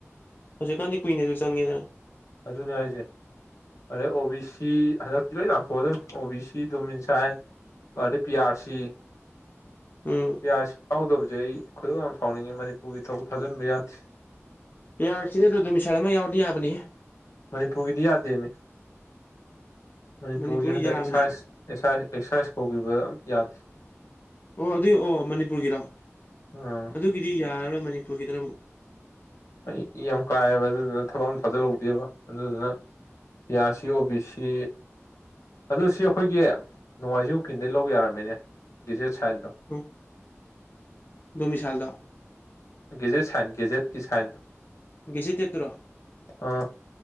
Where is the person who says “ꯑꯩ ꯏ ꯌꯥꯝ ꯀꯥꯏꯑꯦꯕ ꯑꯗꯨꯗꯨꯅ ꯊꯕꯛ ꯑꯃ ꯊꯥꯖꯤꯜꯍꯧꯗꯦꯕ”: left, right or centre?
Left